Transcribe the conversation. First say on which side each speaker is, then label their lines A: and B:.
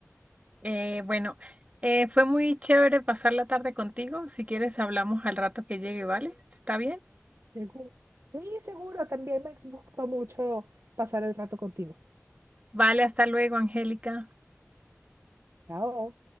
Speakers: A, on the right; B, on the right.
A: Eh, bueno, eh, fue muy chévere pasar la tarde contigo. Si quieres, hablamos al rato que llegue, ¿vale? ¿Está bien?
B: Seguro. Sí, seguro, también me gustó mucho pasar el rato contigo.
A: Vale, hasta luego, Angélica.
B: Chao.